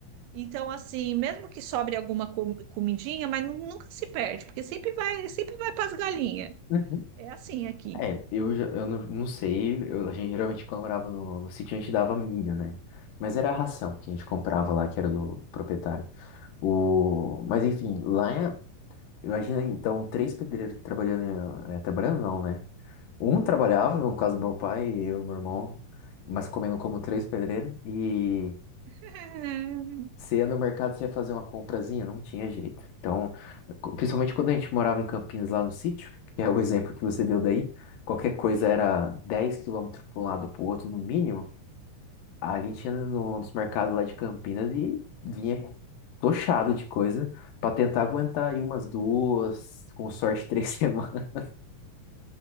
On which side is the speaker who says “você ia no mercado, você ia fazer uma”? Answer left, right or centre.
Left